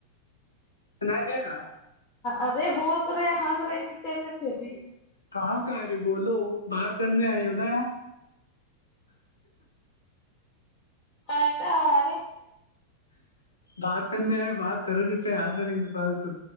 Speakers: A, on the left; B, on the left.
A: سنا دورا
B: ادے بول تورے ہضر ا کت اتی تھی
A: کہاں کہرے بولو بات کرنے آئی ہو نا اں
B: آٹا آ
A: بات کرنے آئے بات کرو ج پہ آسا رہیں گ بال تو